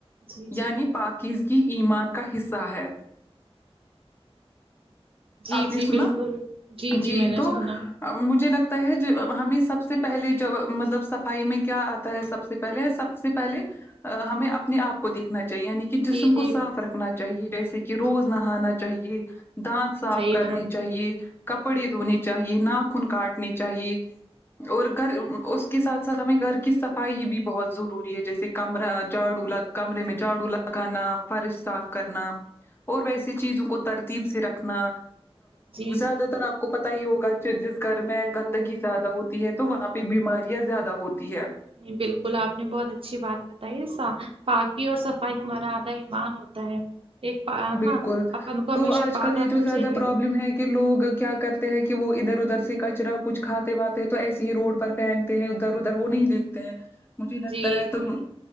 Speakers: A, on the right; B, on the left.
A: جی
B: یعنی
A: جی
B: پاکیزگی ایمان کا حصہ ہے
A: جی
B: آپ نے
A: جی
B: سنا
A: بالکل
B: جی
A: میں نے
B: تو
A: سنا
B: مجھے لگتا ہے جب ہمیں سب سے پہلے جب مطلب سب صفائی میں کیا آتا ہے سب سے پہلے سب س سے پہلے ہمیں اپنے آپ کو دیکھنا چاہیے یعنی کہ جسم
A: جی جی
B: کو صاف رکھنا چاہیے جیسے کہ روز
A: جی
B: نہانا چاہیے دانت صاف
A: صحیح
B: کرنے
A: بات
B: چاہیے
A: ہے
B: کپڑے دھونے چاہیے ناخن کاٹنی چاہیے اور گھر اس کے ساتھ ساتھ ہمیں گھر کی صفائی بھی بہت ضروری ہے جیسے کہ کمرہ جاڑو لڑ کمرے میں جاڑو لگانا فرش صاف کرنا اور ویسے چیزوں کو ترتیب سے رکھنا
A: جی
B: زیادہ
A: جی
B: تر آپ کو پتہ ہی ہوگا جس گھر میں گندگی زیادہ ہوتی ہے تو وہاں پہ بیماریاں زیادہ ہوتی ہے
A: نہیں بالکل آپ نے بہت اچھی بات بتائیا پاکی اور صفائی ہمارا آدھا ایمان ہوتا ہے ایک پا ہے
B: بالکل
A: نا اپن کو
B: تو
A: ہمیشہ
B: آج
A: پاک
B: کل
A: رکھنا
B: یہ جو زیادہ
A: چاہیے
B: پرابلم ہے کہ لوگ کیا کرتے ہیں کہ وہ ادھر ادھر سے کچرا کچھ کھاتے واتے تو ایسے ہی روڈ ر پھینکتے ہیں ادھر ادھر وہ نہیں دیکھتے ہیں مجھے لگتا
A: جی
B: ہے تو
A: جی